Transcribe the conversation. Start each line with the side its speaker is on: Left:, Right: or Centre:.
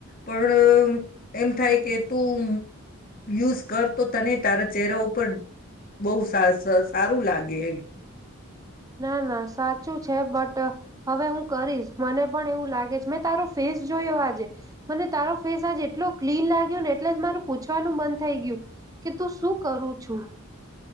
Left: પણ એમ થાય કે તું યુઝ કર તો તને તારા ચહેરા ઉપર બહુ સા સ સારું લાગે
Right: ના ના સાચું છે હવે હું કરીશ મને પણ એવું લાગે છે મેં તારો ફેસ જોયો આજે મને તારો ફેસ આજે એટલો ક્લીન લાગ્યો ને એટલે જ મારું પૂછ પછવાનું મન થઈ ગયું કે તું શું કરું છું